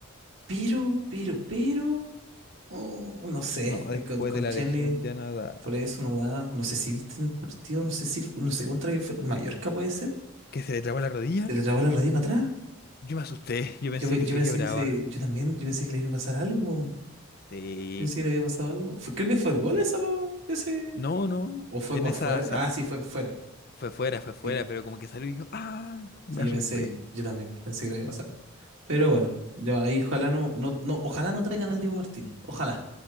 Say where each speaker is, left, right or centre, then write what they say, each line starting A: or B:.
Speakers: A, on the right (about 60°); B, on the left (about 45°).
A: pero, pero, pero. Oh, no sé,
B: no, después
A: eh, con, con
B: de la
A: Chesney
B: lesión ya nada
A: por eso no da. No sé si viste en el partido, no sé si, no sé contra qué fue. Mallorca puede ser.
B: ¿Que se le trabó la rodilla?
A: Se le trabó la rodilla para atrás.
B: Yo me asusté, yo pensé
A: Yo, pe-
B: que
A: yo
B: se
A: pensé
B: quebraba.
A: que se, yo también, yo pensé que le iba a pasar algo. Yo
B: Sí.
A: pensé que le había pasado algo. Fue- creo que fue el gol esa, po, ese.
B: No, no,
A: O fue
B: en
A: para
B: esa
A: afuera.
B: sa-
A: Ah, sí, fue fuera.
B: fue fuera, fue fuera,
A: Sí,
B: pero como que salió y yo, ah, me
A: sí,
B: asusté.
A: yo pensé, yo también pensé que le iba a pasar. Pero bueno, yo ahí ojalá no, no, no, ojalá no traigan al Dibu Martínez. Ojalá,